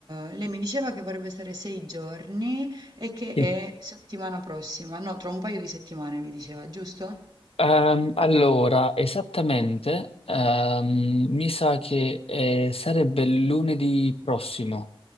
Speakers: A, on the right; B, on the left.
A: ehm, lei mi diceva che vorrebbe stare 6 giorni e che
B: sì.
A: è settimana prossima no, tra un paio di settimane mi diceva, giusto?
B: Ehm, allora, esattamente, ehm, mi sa che eh, sarebbe lunedì prossimo.